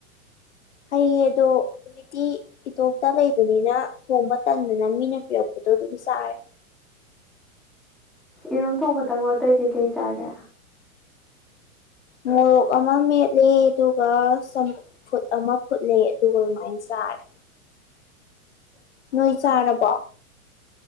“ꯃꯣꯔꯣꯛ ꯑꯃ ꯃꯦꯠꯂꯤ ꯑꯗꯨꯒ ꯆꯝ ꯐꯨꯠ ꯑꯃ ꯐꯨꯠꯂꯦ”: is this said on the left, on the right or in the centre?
Left